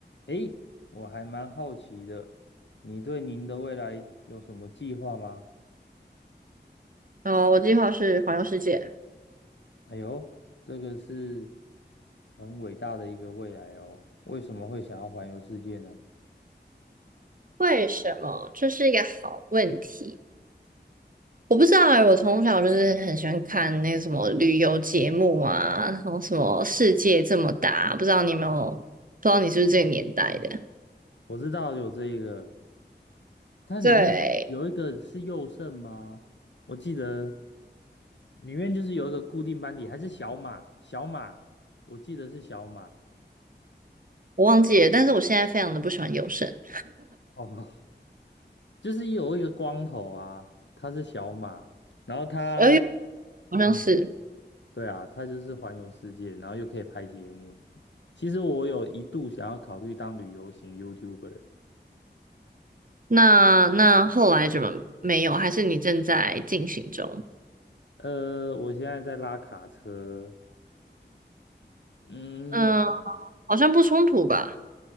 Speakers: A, on the left; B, on the right.
A: 诶，我还蛮好奇的，你对您的未来有什么计划吗？
B: 哦，我计划是环游世界。
A: 哎呦，这个是很伟大的一个未来哦。为什么会想要环游世界呢？
B: 为什么？这是一个好问题。我不知道哎，我从小就是很喜欢看那个什么旅游节目啊，然后什么世界这么大，不知道你有没有，不知道你是不是这个年代的？
A: 我知道有这一个，它里面有一个是右肾吗？
B: 对，
A: 我记得里面就是有一个固定班底，还是小马？小马，我记得是小马。
B: 我忘记了，但是我现在非常的不喜欢游神，
A: 哦，就是有一个光头啊，他是小马，然后他。
B: 泳，哎，好像是。
A: 嗯。对啊，它就是环游世界，然后又可以拍节目。其实我有一度想要考虑当旅游型 YouTuber 欸
B: 那那后来怎么没有？还是你正在进行中？
A: 呃，我现在在拉卡车，嗯，
B: 嗯，好像不冲突吧。